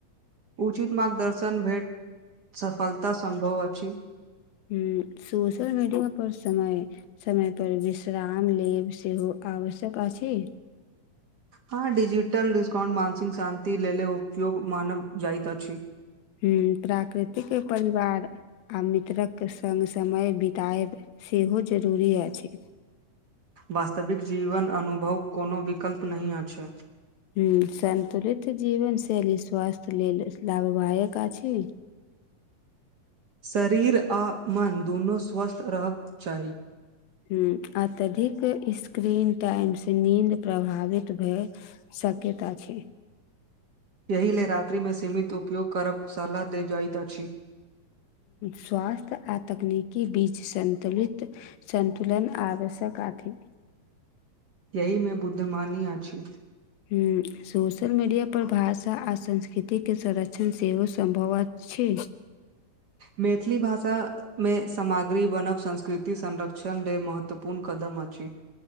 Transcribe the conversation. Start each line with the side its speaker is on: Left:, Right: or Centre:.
Right: उचित मार्गदर्शन भेट सफलता सम्भव अछि।
Left: हू सोशल मीडिया पर समय समय पर विश्राम लेब सेहो आवश्यक छै।
Right: ह, डिजिटल डिस्काउंट मानसिक शान्ति लेल उपयोग मानब जाइत अछि
Left: हू, प्राकृतिक परिवार आ मित्रक संघ समय बितएब सेहो जरूरी अछि
Right: वास्तविक जीवन अनुभव कोनो विकल्प नहि अछि
Left: हू संतुलित जीवन शैली स्वास्थ लेलऽ लाभवायक अछि
Right: शरीर आ मन दुनू स्वस्थ रह कऽ चाही
Left: ह्म अत्यधिक स्क्रीन टाइमसँ नीन्द प्रभावित भऽ शक्यत छै।
Right: एहि लेलऽ रात्रिमे सीमित उपयोग करब सलाह दे जाइत अछि।
Left: स्वास्थ्य आ तकनीकि बीच संन्तुलित सन्तुलन आवश्यक अछि।
Right: यहीमे बुद्धमानी अछि।
Left: हूँ, सोशल मीडिया पर भाषा आ संस्कृति के संरक्षण सेहो सम्भवत छै।
Right: मैथिली भाषा। मे सामग्री बन ब संस्कृति संरक्षण ले महत्वपूर्ण कदम अछि।